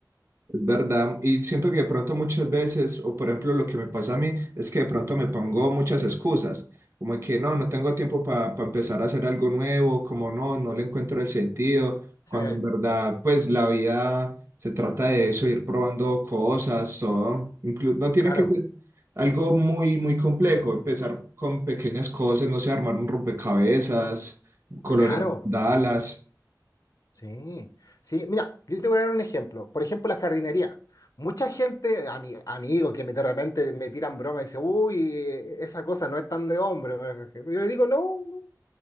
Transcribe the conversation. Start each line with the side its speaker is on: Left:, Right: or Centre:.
Right: Es verdad, y siento que de pronto muchas veces, o por ejemplo lo que me pasa a mí, es que de pronto me pongo muchas excusas, como que no, no tengo tiempo para empezar a hacer algo nuevo, como no, no le encuentro el sentido,
Left: Sí,
Right: cuando en verdad pues la vida se trata de eso, ir probando cosas, todo, inclu- no tiene
Left: claro,
Right: que ser algo muy, muy complejo, empezar con pequeñas cosas, no sé, armar un rompecabezas, colorear
Left: claro.
Right: mandalas,
Left: Sí, sí, mira, yo te voy a dar un ejemplo. Por ejemplo, la jardinería. Mucha gente, a mi amigo que me, de repente me tiran broma y dice, uy, esa cosa no es tan de hombre. Yo le digo, no, no".